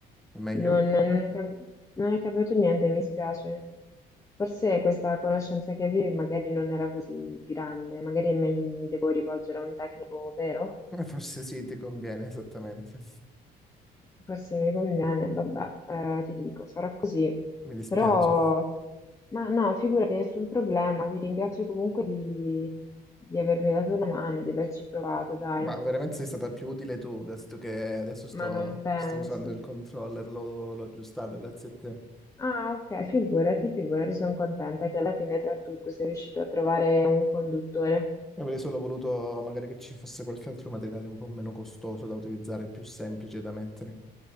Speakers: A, in the centre; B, on the left (about 15°).
A: È meglio?
B: Non, non è, cam- non è cambiato niente, mi spiace. Forse questa conoscenza che avevi magari non era così grande, magari mi, mi devo rivolgere a un tecnico vero?
A: <laughs> Eh, Forse sì, ti conviene, esattamente.
B: Forse mi conviene, vabbè, eh, ti dico, farò così.
A: <laughs> Mi dispiace.
B: Però, ma no, figurati, nessun problema, ti ringrazio comunque di, di avermi dato una mano, di averci provato, dai.
A: Ma veramente sei stata più utile tu, visto che adesso sto,
B: Ma non penso.
A: sto usando il controller, l'ho l'ho aggiustato, grazie a te.
B: Ah, ok, figurati, figurati, sono contenta che alla fine tra tutto sei riuscito a trovare un conduttore.
A: Io avrei solo voluto magari che ci fosse qualche altro materiale un po' meno costoso da utilizzare, più semplice da mettere,